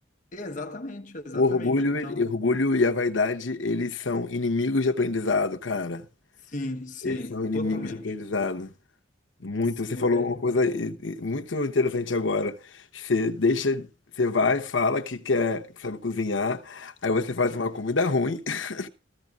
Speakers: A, on the left (about 45°); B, on the left (about 80°).
A: exatamente, exatamente.
B: O orgulho,
A: Então,
B: ele- orgulho e a vaidade, eles são inimigos de aprendizado, cara.
A: sim, sim,
B: Eles são inimigos
A: totalmente.
B: de aprendizado. Muito,
A: Se
B: você
A: pu-
B: falou
A: é.
B: uma coisa e- e muito interessante agora. Você deixa, você vai, fala que quer, que sabe cozinhar, aí você faz uma comida ruim, <laughs>